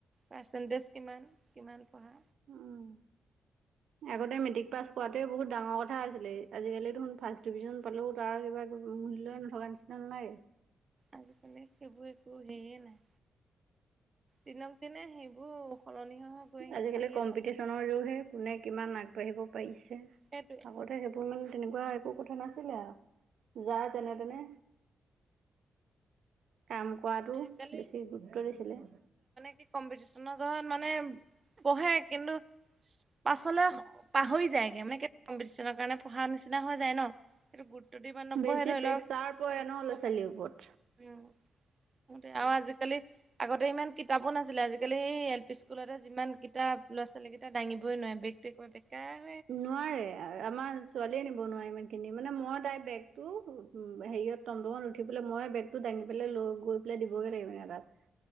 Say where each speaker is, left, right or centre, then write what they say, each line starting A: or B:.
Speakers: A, on the right (about 30°); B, on the right (about 75°).
A: পাৰ্চেণ্টেজ কিমান কিমান পঢ়া।
B: উম। আগতে মেট্ৰিক পাছ কৰাটোৱে বহুত ডাঙৰ কথা আছিলে। আজিকালি দেখোন ফাৰ্ষ্ট ডিভিজন পালেও তাৰ কিবা মূল্য নথকা নিচিনা নাই।
A: আজিকালি সেইবোৰ একো হেৰিয়ে নাই। দিনক দিনে সেইবোৰ সলনি হৈ হৈ গৈ আহিছে
B: আজিকালি
A: আহি
B: কম্পিটিচনৰ
A: আছে
B: যুগহে কোনে কিমান আগবাঢ়িব পাৰিছে।
A: সেইটোৱে
B: আগতে সেই তোৰ মানে তেনেকুৱা একো কথা নাছিলে আৰু যায় যেনে তেনে। কাম কৰাটো
A: আজিকালি
B: বেছি গুৰুত্ব দিছিলে।
A: কম্পিটিশনৰ কাৰণে মানে পঢ়ে কিন্তু পাছলৈ পাহৰি যায়গে মানে কম্পিটিশনৰ কাৰণে পঢ়া নিচিনা হৈ যায় ন। সেইটো গুৰুটো দি ইমান নপঢ়ে
B: বেছি
A: ধৰি
B: প্ৰেছাৰ
A: লওঁক
B: পৰে
A: এ কিবা
B: ন ল'ৰা ছোৱালীৰ ওপৰত।
A: উম। আগতে আৰু আজিকালি আগতে ইমান কিতাপো নাছিলে। আজিকালি এই এল পি স্কুলতে যিমান কিতাপ ল'ৰা ছোৱালী কেইটা দাঙিবই নোৱাৰে বেগ <inaudible>
B: নোৱাৰে আমাৰ ছোৱালীয়ে নিব নোৱাৰে ইমানখিনি। মানে মই তাইৰ বেগটো হেৰিয়ত টমটমত উঠি পেলাই মই বেগ দাঙি পেলাই লৈ গৈ পেলাই দিবগে লাগে মানে তাত।